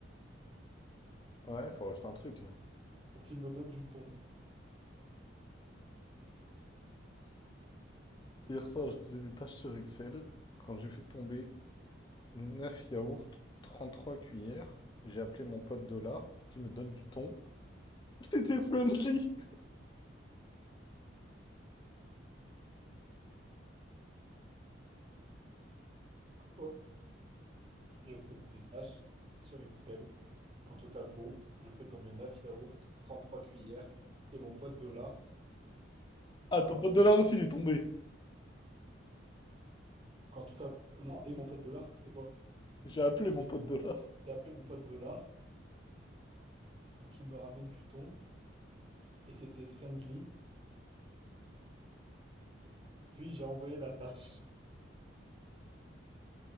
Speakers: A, on the left (about 25°); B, on the right (about 30°).
A: Ouais, faut rajouter un truc là.
B: pour qu'il me donne du thon.
A: Hier soir, je faisais des tâches sur Excel quand j'ai fait tomber Neuf yaourts, 33 cuillères. J'ai appelé mon pote Dollar pour qu'il me donne du thon. <laughs> C'était friendly.
B: Oh, je faisais des tâches sur Excel quand tout à coup, je fais tomber neuf yaourts, trente-trois cuillères et mon pote dollar
A: Ah,
B: m'a
A: ton
B: ramené
A: pote
B: du
A: Dollar aussi, il est tombé.
B: Quand tout à coup, non, et mon pote dollar, c'était quoi?
A: J'ai appelé mon pote Dollar.
B: J'ai appelé mon pote dollar pour qu'il me ramène du thon et c'était friendly. Puis j'ai envoyé la tâche.